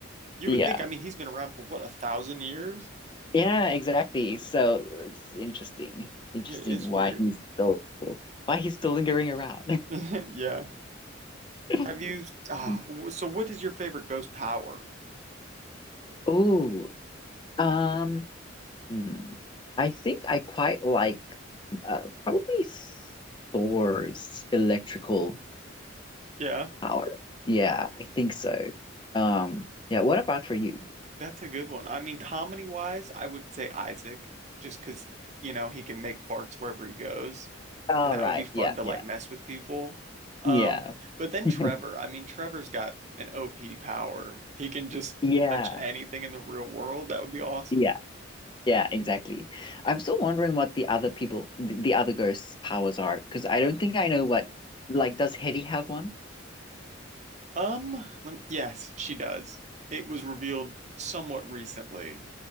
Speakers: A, on the right (about 35°); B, on the left (about 25°).
A: You
B: Yeah.
A: would think, I mean, he's been around for what, a thousand years?
B: Yeah, exactly. So it's interesting. Interesting
A: It is
B: why
A: weird.
B: he's still why he's still lingering around.
A: <laughs> Yeah.
B: <laughs>
A: Have you, uh, so what is your favorite ghost power?
B: Oh, Um, hmm, I think I quite like uh, probably Thor's electrical
A: Yeah.
B: power. Yeah, I think so. Um, yeah, what about for you?
A: That's a good one. I mean, comedy wise, I would say Isaac, just because, you know, he can make farts wherever he goes.
B: All
A: And that
B: right.
A: would be fun
B: Yeah,
A: to
B: yeah,
A: like mess with people. Um,
B: yeah.
A: but then
B: <laughs>
A: Trevor, I mean, Trevor's got an OP power. He can just
B: Yeah,
A: touch anything in the real world. That would be awesome.
B: yeah, yeah, exactly. I'm still wondering what the other people, the, the other ghosts' powers are, because I don't think I know what. Like, does Hetty have one?
A: Um, lem- yes, she does. It was revealed somewhat recently.